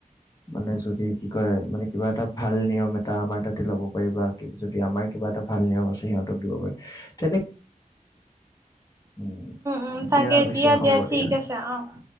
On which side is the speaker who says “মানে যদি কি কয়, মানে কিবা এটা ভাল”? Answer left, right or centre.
Left